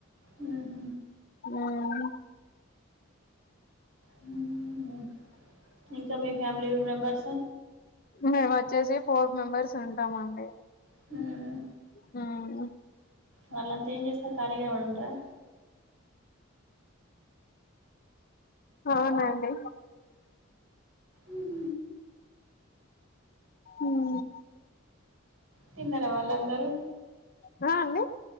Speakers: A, on the right; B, on the left.
A: ఉహు
B: ఉమ్
A: హ్మ్. ఇంకా మీ ఫ్యామిలీ మెంబర్స్
B: మేమ వచ్చేసి ఫోర్ మెంబర్స్ ఉంటాం అండి
A: హ్మ్.
B: హ్మ్మ్
A: వాళ్ళంతా ఏం చేస్తారు ఖాళీగానే వాడుంటార
B: అవునండి
A: మ్ హు
B: ఉమ్
A: తిన్నార వాళ్ళందరూ
B: హ అండి